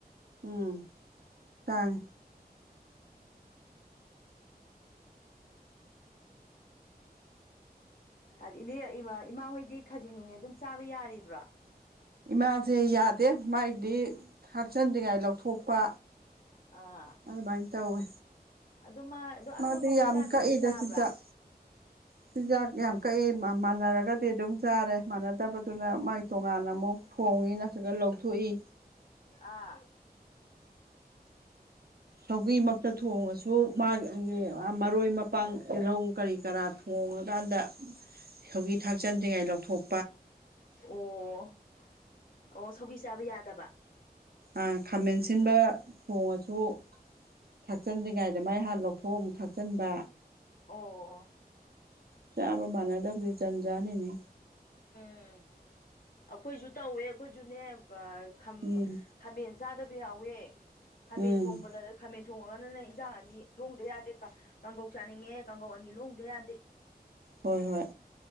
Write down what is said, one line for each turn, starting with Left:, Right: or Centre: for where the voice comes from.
Right: ꯎꯝ ꯇꯥꯡꯉꯦ꯫
Left: ꯍꯥꯏꯗꯤ ꯏꯅꯦ ꯏꯃꯥꯍꯣꯏꯗꯤ ꯈꯖꯤꯡ ꯅꯨꯡꯅꯦ ꯑꯗꯨꯝ ꯆꯥꯕ ꯌꯥꯔꯤꯕ꯭ꯔꯣ꯫
Right: ꯏꯃꯥꯁꯦ ꯌꯥꯗꯦ ꯃꯥꯏꯗꯤ ꯊꯥꯛꯆꯤꯟꯗ꯭ꯔꯤꯉꯥꯏ ꯂꯧꯊꯣꯛꯄ꯫
Left: ꯑꯥ
Right: ꯑꯗꯨꯃꯥꯏ ꯇꯧꯋꯦ꯫
Left: ꯑꯗꯨꯝ ꯃꯥ ꯑꯗꯣ ꯑꯊꯣꯡ
Right: ꯃꯥꯗꯤ
Left: ꯑꯊꯣꯡꯕ
Right: ꯌꯥꯝ
Left: ꯏꯟꯖꯥꯡꯗꯤ
Right: ꯀꯛ
Left: ꯑꯗꯨꯝ
Right: ꯏꯗ
Left: ꯆꯥꯕ꯭ꯔꯥ
Right: ꯆꯤꯟꯖꯥꯛ꯫ ꯆꯤꯟꯖꯥꯛ ꯌꯥꯝ ꯀꯛꯏ ꯃꯥ-ꯃꯥꯟꯅꯔꯒꯗꯤ ꯑꯗꯨꯝ ꯆꯥꯔꯦ ꯃꯥꯟꯅꯗꯕꯗꯨꯅ ꯃꯥꯏ ꯇꯣꯉꯥꯟꯅ ꯑꯃꯨꯛ, ꯊꯣꯡꯏ ꯅꯠꯇ꯭ꯔꯒ ꯂꯧꯊꯣꯛꯏ꯫
Left: ꯑꯥ
Right: ꯁꯧꯒꯒꯤꯃꯛꯇ ꯊꯣꯡꯉꯁꯨ ꯃꯥ ꯃꯔꯣꯏ ꯃꯄꯥꯡ ꯇꯤꯜꯍꯧ ꯀꯔꯤ ꯀꯔꯥ ꯊꯣꯡꯉꯀꯥꯟꯗ ꯁꯧꯒꯔꯤ ꯊꯥꯛꯆꯟꯗ꯭ꯔꯤꯉꯩ ꯂꯧꯊꯣꯛ
Left: ꯑꯣ-ꯑꯣ ꯁꯧꯒꯔꯤ ꯆꯥꯕ ꯌꯥꯗꯕ꯫
Right: ꯑ ꯈꯥꯃꯦꯟ ꯁꯤꯟꯕ ꯊꯣꯡꯉꯁꯨ, ꯊꯥꯛꯆꯟꯗ꯭ꯔꯤꯉꯩꯗ ꯃꯥꯏ ꯍꯥꯟꯅ ꯂꯧꯊꯣꯛ ꯑꯃꯨꯛ ꯊꯥꯛꯆꯤꯟꯕ꯫
Left: ꯑꯣ-ꯑꯣ
Right: ꯆꯥꯕ ꯃꯥꯟꯅꯗꯕꯁꯦ ꯖꯟꯖꯥꯟꯅꯤꯅꯦ꯫
Left: ꯎꯝ ꯑꯩꯈꯣꯏꯁꯨ ꯇꯧꯋꯦ ꯑꯩꯈꯣꯏꯁꯨꯅꯦ ꯑꯥ ꯈꯝ
Right: ꯎꯝ
Left: ꯈꯥꯃꯦꯟ ꯆꯥꯗꯕꯤ ꯌꯥꯎꯋꯦ ꯈꯥꯃꯦꯟ
Right: ꯎꯝ
Left: ꯊꯣꯡꯕꯗ ꯈꯥꯃꯦꯟ ꯊꯣꯡꯉꯒꯅꯅ ꯏꯟꯖꯥꯡ ꯑꯅꯤ ꯂꯣꯡꯗ ꯌꯥꯗꯦ ꯀꯥ ꯀꯥꯡꯒꯧ ꯆꯥꯅꯤꯡꯉꯦ ꯀꯥꯡꯒꯧ ꯑꯅꯤ ꯂꯣꯡꯗ ꯌꯥꯗꯦ꯫
Right: ꯍꯣꯏ ꯍꯣꯏ꯫